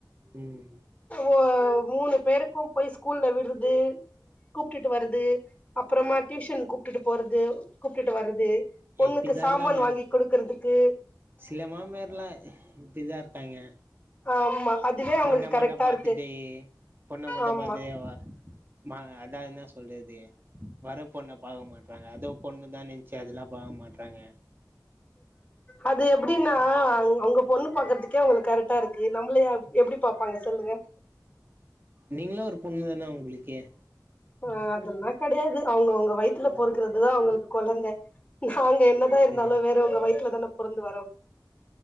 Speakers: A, on the right (about 30°); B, on the left (about 20°).
A: ம்
B: ஓ மூணு பேருக்கு போய் ஸ்கூல்ல விட்ருது கூப்ட்டுட்டு வரது அப்புறமா டியூஷன் கூப்ட்டுட்டு போறது கூப்ட்டுட்டு வர்றது பொண்ணுக்கு
A: இப்டிதா
B: சாம்மன்
A: இருக்காங்க
B: வாங்கி குடுக்குறதுக்கு
A: சில மாமியாரல்லா இப்டிதா இருக்காய்ங்க
B: ஆமா அதுவே அவங்களுக்கு
A: பொண்ண
B: கரெக்டா
A: மட்டு பாத்துட்டே
B: இருக்கு
A: பொண்ண மட்டு
B: ஆமா
A: பாத்தேவா ம அதா என்ன சொல்றது வர பொண்ண பாக்க மாட்றாங்க அதோ பொண்ணு தா நென்ச்சு அதுல்லா பாக்க மாட்றாங்க
B: அது எப்புடின்னா அங் அவ்ங்க பொண்ணு பாக்கற்துக்கே அவுங்களுக் கரட்டா இருக்கு நம்புளயா எப்புடி பாப்பாங்க சொல்லுங்க
A: நீங்ளு ஒரு பொண்ணு தான அவுங்ளுக்கே
B: இபஅதல்லா கடையாது அவ்ங்கவுங்க வயித்துல பொறுக்குறதுதா அவுங்களுக்கு கொழந்த நாங்க என்ன தா இருந்தாலு
A: ம்
B: வேறவங்க வயித்துல தான பொறந்து வரோ